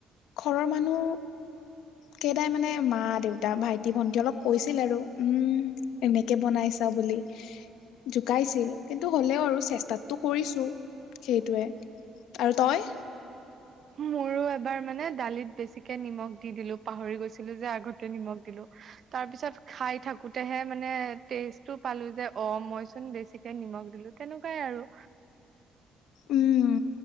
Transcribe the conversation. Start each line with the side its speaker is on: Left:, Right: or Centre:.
Left: ঘৰৰ মানুহ কেইটাই মানে মা দেউতা ভাইটি ভন্টি অলপ কৈছিল আৰু, উম এনেকে বনাইছা বুলি। জোকাইছিল, কিন্তু হ'লেওঁ আৰু চেষ্টাতটো কৰিছো সেইটোৱে। আৰু তই।
Right: মোৰো এবাৰ মানে দালিত বেছিকে নিমখ দি দিলো পাহৰি গৈছিলো যে আগতে নিমখ দিলো। তাৰ পিছত খাই থাকোতেহে মানে টেষ্টটো পালো যে অ' মইচোন বেছি এতিয়া নিমখ দিলো, তেনেকুৱাই আৰু।
Left: উম।